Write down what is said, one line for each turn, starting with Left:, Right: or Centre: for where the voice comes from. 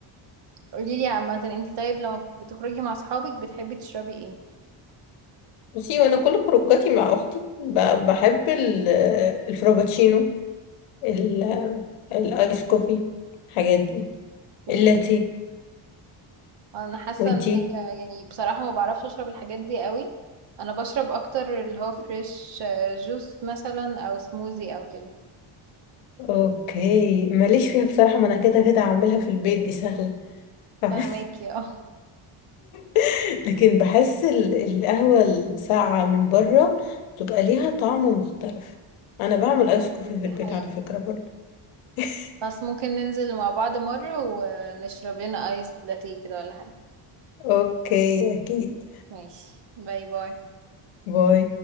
Right: قوليلي عامة انتي طيب لما بتخرجي مع اصحابك بتحبي تشربي ايه؟
Left: بصي وانا كل خروجاتي مع اختي ب- بحب ال- الفرابتشينو ال- الايس كوفي الحاجات دي
Right: ايه
Left: اللاتيه
Right: انا حاسه
Left: وانتي
Right: ان هي يعني بصراحه ما بعرفش اشرب الحاجات دي قوي انا بشرب اكتر اللي هو فريش آه، جوس مثلا او سموزي او كده
Left: اوكي ماليش فيها بصراحة ما انا كده كده هعملها في البيت دي سهلة فاهمة؟
Right: فهماكي اه
Left: <laughs> لكن بحس ال- القهوة الساقعة من بره بتبقى ليها طعم مختلف انا بعمل ايس كوفي في
Right: دي
Left: البيت
Right: حقيقه
Left: على فكرة برضه <laughs>
Right: بس ممكن ننزل مع بعض مره ونشرب لنا ايس لاتيه كده ولا حاجه
Left: اوكي اكيد
Right: ماشي باي باي
Left: باي